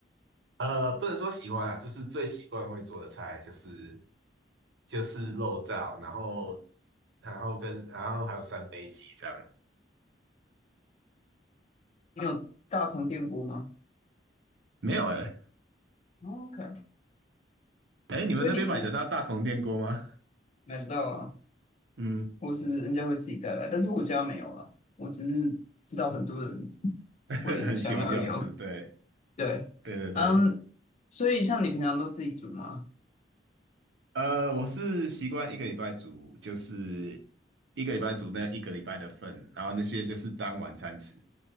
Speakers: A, on the right; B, on the left.
A: 呃，不能说喜欢啊，就是最习惯会做的菜就是就是肉燥，然后然后跟然后还有三杯鸡这样。
B: 你有大同电锅吗
A: 没有哎、欸，
B: 哦？OK，
A: 哎，你们那边买得到大同电锅吗？
B: 所以你平时。买不到啊，
A: 嗯。
B: 或是人家会自己带来，但是我家没有了，我只是知道很多人
A: <laughs>
B: 会想要有，
A: 很喜欢用是，对，
B: <laughs> 对，
A: 对对对，
B: 嗯，所以像你平常都自己煮吗？
A: 呃，我是习惯一个礼拜煮，就是一个礼拜煮那一个礼拜的份，然后那些就是当晚餐吃。